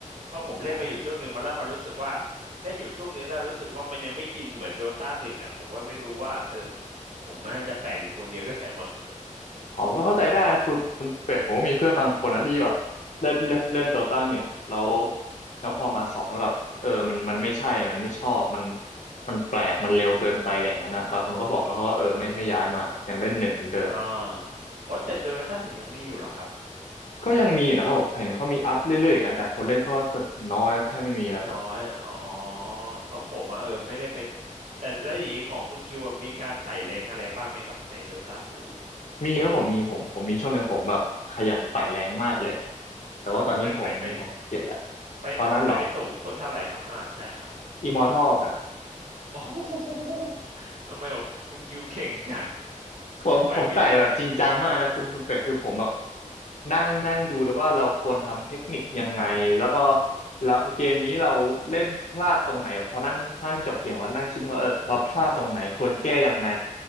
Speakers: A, on the right; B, on the left.
A: เพราะผมเล่นไปอยู่ช่วงหนึ่งมาแล้วมันรู้สึกว่า
B: อ๋อ
A: เล่นอยู่ช่วงนึงแล้วรู้สึกว่ามันยังไม่อินเหมือนโดตาหนึ่งอ่ะผมก็ไม่รู้ว่าเออผมมันน่าจะแปลกอยู่คนเดียวด้วย <laughs> แหละมั้ง
B: อ๋อมันก็เข้าใจได้ครับคุณคุณเป็ดผมก็มีเพื่อนบางคนนะที่แบบเล่นเล่นเล่นโดตาหนึ่งอะแล้ว
A: <laughs> เพราะ
B: แล้วพอมาสองแล้วแบบเออมันมันไม่ใช่มันไม่ชอบมันมันแปลกมันเร็วเกินไปอะไรอย่างนั้นนะบางคนก็บอกแล้วเขาก็เออไม่ไม่ย้ายมายังเล่นหนึ่งเหมือนเดิม
A: อ่าอ๋อแต่โดตาหนึ่งยังมีอยู่เหรอครับ
B: ก็ยังมีนะครับผมเห็นเขามีอัพเรื่อยๆอยู่นะแต่คนเล่นเขาก็น้อยครับแทบไม่มีแล้วครับ
A: น้อยอ๋อเพราะผมอ่ะเออไม่ได้ไปแต่แล้วอย่างนี้ของคุณคิวอะมีการไต่แรงอะไรบ้างไหมครับในโดตาทู
B: มีครับผมมีผมผมมีช่วงหนึ่งผมแบบขยันไต่แรงมากเลยแต่ว่าตอนนี้ผมผมขี้เกียจแล้ว
A: ไปไปไป ไปไปไปสูงสุดเท่าไหร่ครับ
B: ตอนนั้นเหรอ
A: อ่าใช่ครับ
B: อิมอร์ทัครับ
A: <laughs> โอ้โหทำไมบอกคุณคิวเก่งจัง
B: ผมผมไต่แบบจริงจังมากนะคุณคุณเป็ดคือผมแบบ
A: ผมไปไม่ถึงอ่ะ
B: นั่งนั่งดูแล้วว่าเราควรทำเทคนิคยังไงแล้วก็แล้วเกมนี้เราเล่นพลาดตรงไหนแบบพอนั่งพลาดจบเกมว่านั่งคิดว่าเออเราพลาดตรงไหนควรแก้ยังไง
A: อ๋อ